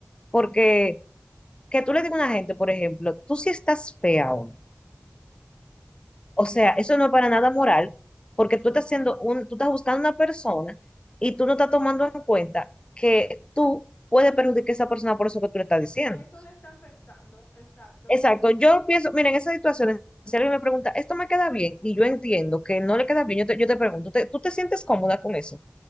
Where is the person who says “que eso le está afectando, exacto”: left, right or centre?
Left